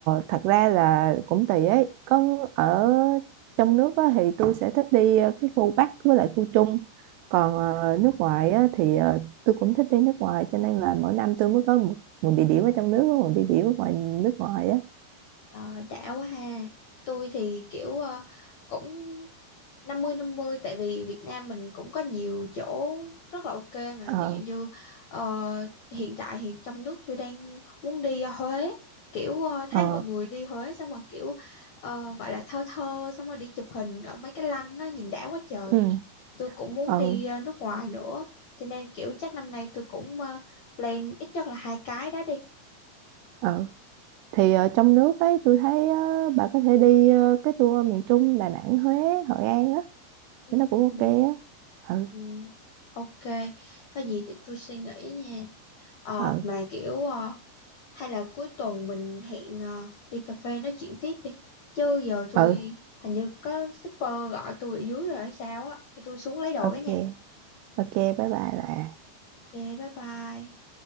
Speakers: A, on the right; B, on the left.
A: thật ra là cũng tùy ấy có ở trong nước á, thì tôi sẽ thích đi ờ, cái khu Bắc với lại khu Trung còn ờ, nước ngoài á, thì ờ, tôi cũng thích đi nước ngoài cho nên là mỗi năm tôi mới có một, một địa điểm ở trong nước với một địa điểm ở ngoài nước ngoài á
B: Ờ đã quá ha tôi thì kiểu ờ, cũng năm mươi năm mươi tại vì Việt Nam mình cũng có nhiều chỗ rất là ok mà
A: ờ
B: ví dụ như ờ, hiện tại thì trong nước tôi đang muốn đi ờ, Huế kiểu ờ,
A: ờ
B: thấy mọi người đi Huế xong rồi kiểu ờ, gọi là thơ thơ xong rồi đi chụp hình ở mấy cái lăng nó nhìn đã quá trời
A: ừ
B: tôi cũng muốn
A: ờ
B: đi ờ, nước ngoài nữa cho nên kiểu chắc năm nay tôi cũng ờ, plan ít nhất là hai cái đó đi
A: ờ thì ở trong nước ấy tôi thấy ờ, bà có thể đi ờ, cái tour miền Trung Đà Nẵng Huế Hội An á
B: ừ,
A: nó cũng ok á ừ
B: ừ, ok có gì để tôi suy nghĩ nha ờ
A: ừ
B: mà kiểu ờ, Hay là cuối tuần mình hẹn ờ, đi cà phê nói chuyện tiếp đi. Chứ giờ tôi
A: ừ
B: hình như có shipper gọi tôi ở dưới rồi hay sao á. Để tôi xuống lấy đồ
A: ok
B: cái nha.
A: ok bye bye bà
B: Ok, bye bye.